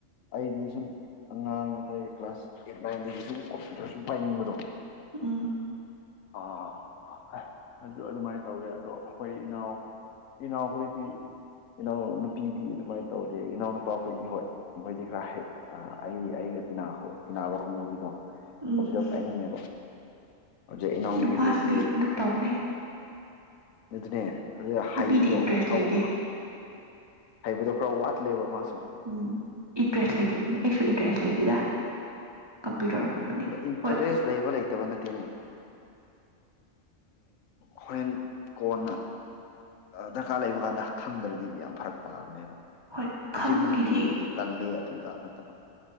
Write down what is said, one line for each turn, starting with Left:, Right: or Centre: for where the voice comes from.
Left: ꯑꯩꯗꯤ ꯁꯨꯝ ꯑꯉꯥꯡ ꯑꯩꯈꯣꯏ ꯀ꯭ꯂꯥꯁ ꯑꯩꯠ ꯅꯥꯏꯟꯗꯒꯤ ꯁꯨꯝ ꯀꯝꯄ꯭ꯌꯨꯇꯔ ꯁꯨꯝ ꯄꯥꯏꯅꯤꯡꯕꯗꯣ
Right: ꯎ
Left: ꯑꯥ ꯑꯗꯨ ꯑꯗꯨꯃꯥꯏꯅ ꯇꯧꯋꯦ ꯑꯗꯣ ꯑꯩꯈꯣꯏ ꯏꯅꯥꯎ ꯏꯅꯥꯎꯈꯣꯏꯗꯤ ꯏꯅꯥꯎꯅꯨꯄꯤꯗꯤ ꯑꯗꯨꯃꯥꯏꯅ ꯇꯧꯗꯦ ꯏꯅꯥꯎꯅꯄꯥꯈꯣꯏꯗꯤ ꯍꯣꯏ ꯃꯈꯣꯏꯗꯤ ꯈꯔ ꯍ ꯑ ꯑꯩ ꯑꯩꯒ ꯇꯤꯟꯅꯕ ꯀꯥꯡ ꯒꯨꯗꯤꯀꯣ
Right: ꯎꯝ
Left: ꯈꯣꯡꯕꯤꯗ ꯍꯥꯏꯅꯤꯡꯉꯦꯕ ꯍꯧꯖꯤꯛ ꯏꯅꯥꯎꯅꯨꯄꯤ
Right: ꯅꯨꯄꯥꯁꯤꯗꯤ
Left: ꯈꯣꯏꯗꯤ
Right: ꯑꯗꯨꯝ ꯇꯧꯕꯅꯦ
Left: ꯑꯗꯨꯅꯦ ꯑꯗꯨ
Right: ꯅꯨꯄꯤꯗꯤ
Left: ꯍꯩꯕꯗꯣ
Right: ꯏꯟꯇꯔꯦꯁ
Left: ꯈꯔ
Right: ꯂꯩꯗꯦ
Left: ꯍꯩꯕꯗꯣ ꯈꯔ ꯋꯥꯠꯂꯦꯕ ꯃꯥꯁꯨ
Right: ꯎꯝ ꯏꯟꯇꯔꯦꯁ ꯂꯩꯇꯕꯒꯤꯅꯦ ꯑꯩꯁꯨ ꯏꯟꯇꯔꯦꯁ ꯂꯩꯇꯦꯗ ꯀꯝꯄ꯭ꯌꯨꯇꯔꯒꯨꯝꯕꯗꯤ
Left: ꯑꯗ ꯏꯟꯇꯔꯦꯁ
Right: ꯍꯣꯏ
Left: ꯂꯩꯕ ꯂꯩꯇꯕ ꯅꯠꯇꯦꯅꯦ ꯍꯣꯔꯦꯟ ꯀꯣꯟꯅ ꯗꯔꯀꯥꯔ ꯂꯩꯕ ꯀꯥꯟꯗ ꯈꯪꯗ꯭ꯔꯗꯤ ꯌꯥꯝ ꯐꯔꯛ ꯇꯥꯕꯅꯦꯕ
Right: ꯍꯣꯏ
Left: ꯍꯨꯖꯤꯛ
Right: ꯈꯪꯕꯒꯤꯗꯤ
Left: ꯍꯨꯖꯤꯛꯀꯤꯗꯤ ꯇꯜꯂꯦ ꯑꯗꯨꯗ ꯅꯠꯇꯕ